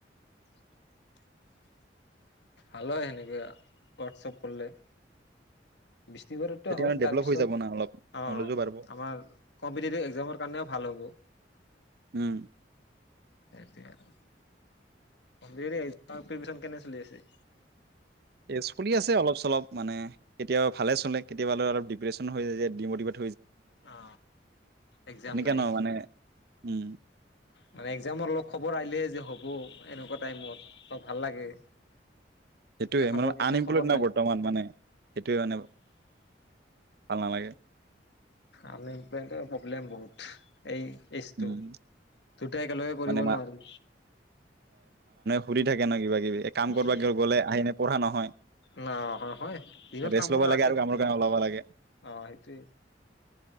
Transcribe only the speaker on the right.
তেতিয়া
মানে ডেভেলপ
হৈ যাব না অলপ
নলেজো বাঢ়িব
উম
এ চলি আছে অলপ চলপ মানে কেতিয়াবা ভালে চলে কেতিয়াবা অলপ দিপ্ৰেচনো হৈ যায় যে দিমতিভেত
এনেকে
ন মানে উম
সেইটোোৱে
মানে
আনএমপ্লয়ড
নাই বৰ্তমান মানে সেইটোোৱে মানে ভাল নালাগে
উম
মানে মা
ফুৰি থাকে ন কিবা কিবি এ, কাম কৰবা
গ- গ'লে আহি এনে পঢ়া নহয়
ৰেষ্ট
ল'ব
লাগে
আৰু কামৰ
কাৰণে
ওলাব লাগে